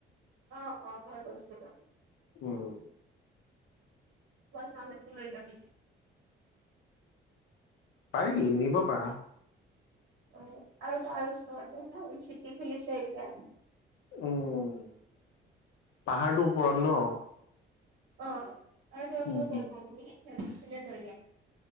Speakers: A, on the right; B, on the left.
A: অ অ মই গৈছোঁ বাৰু
B: উম,
A: তালে কে লৈ যাবি
B: পাৰি নিব পাৰা
A: অ, আৰু তাৰ ওচৰত চ চিটি খুলিছে এতিয়া।
B: উম, পাহাৰটোৰ ওপৰত ন।
A: অ, আৰু
B: উম,
A: মই
B: উম,
A: বছিলে লৈ যাম।